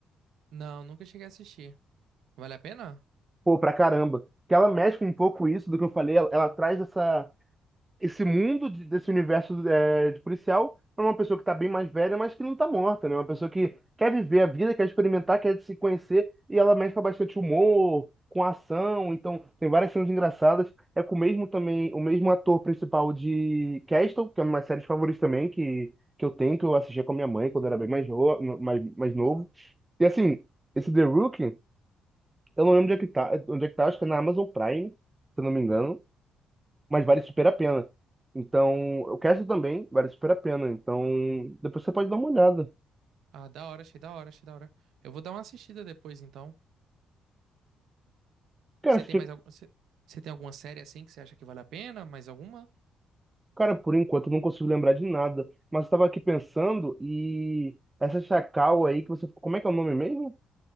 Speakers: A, on the right; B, on the right.
A: Não, nunca cheguei a assistir. Vale a pena?
B: pô, pra caramba. Que ela mexe com um pouco isso do que eu falei, ela, ela traz essa. esse mundo de- desse universo é, de policial para uma pessoa que tá bem mais velha, mas que não tá morta, né? Uma pessoa que quer viver a vida, quer experimentar, quer se conhecer, e ela mexe com bastante humor, com ação, então tem várias cenas engraçadas. É com o mesmo também, o mesmo ator principal de Castle, que é uma série favorita também, que, que eu tenho, que eu assistia com a minha mãe quando era bem mais, no- mais, mais novo. E assim, esse The Rookie, eu não lembro onde é que tá, onde é que tá, acho que é na Amazon Prime, se eu não me engano mas vale super a pena. Então, o cast também vale super a pena. Então, depois você pode dar uma olhada.
A: Ah, da hora, achei da hora, achei da hora. Eu vou dar uma assistida depois, então.
B: Cara,
A: Você
B: esse
A: tem
B: tipo-
A: mais algum... Você você tem alguma série assim que você acha que vale a pena? Mais alguma?
B: cara, por enquanto eu não consigo lembrar de nada, mas eu estava aqui pensando e essa Chacal aí que você, como é que é o nome mesmo?